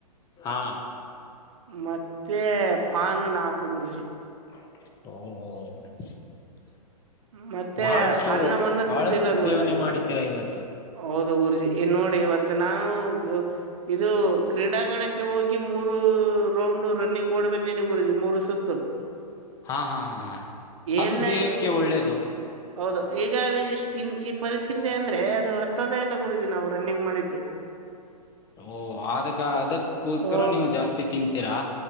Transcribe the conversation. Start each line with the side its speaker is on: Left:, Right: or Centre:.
Left: ಹಾ.
Right: ಮತ್ತೆ ಪಾನು ನಾಲ್ಕು ಗುರೂಜಿ.
Left: <unintelligible>
Right: ಮತ್ತೆ
Left: ಬಹಳಷ್ಟು
Right: ಅನ್ನವನ್ನು
Left: ಬಹಳಷ್ಟು
Right: ತಿಂದಿಲ್ಲ ಗುರುಜಿ.
Left: ಸೇವನೆ ಮಾಡಿದ್ದೀರ ಇವತ್ತು
Right: ಹೌದು ಗುರುಜಿ ಇನ್ನು ನೋಡಿ ಇವತ್ತು ನಾವು ಇದು ಕ್ರೀಡಾಂಗಣಕ್ಕೆ ಹೋಗಿ ಮೂರು ರೌಂಡ್ ರನ್ನಿಂಗ್ ಓಡ್ ಬಂದೀನಿ ಗುರುಜಿ ಮೂರು ಸುತ್ತು.
Left: ಹಾ ಹಾ ಹಾ ಹಾ ಅದು
Right: ಎಲ್ಲ
Left: ದೇಹಕ್ಕೆ
Right: ಆಯ್ತು
Left: ಒಳ್ಳೇದು.
Right: ಹೌದು ಈಗ ಅದೆ ಇಷ್ಟ್ ಇನ್ ಈ ಪರಿ ತಿಂದೆ ಅಂದ್ರೆ ಇದು ಹತ್ತದೇ ಇಲ್ಲ ಗುರುಜಿ ನಾವು ರನ್ನಿಂಗ್ ಮಾಡಿದ್ದು.
Left: ಓಹ್ ಆದಕ ಅದಕ್ಕೋಸ್ಕರ
Right: ಓ
Left: ನೀವು ಜಾಸ್ತಿ ತಿಂತೀರಾ.